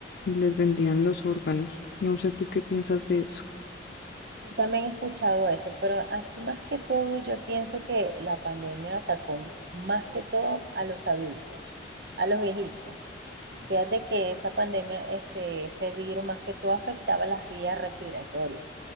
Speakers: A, on the left; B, on the right.
A: y les vendían los órganos. No sé tú qué piensas de eso.
B: También he escuchado eso, pero aquí más que todo yo pienso que la pandemia atacó más que todo a los adultos, a los viejitos. Fíjate que esa pandemia, este, ese virus más que todo afectaba las vías respiratorias.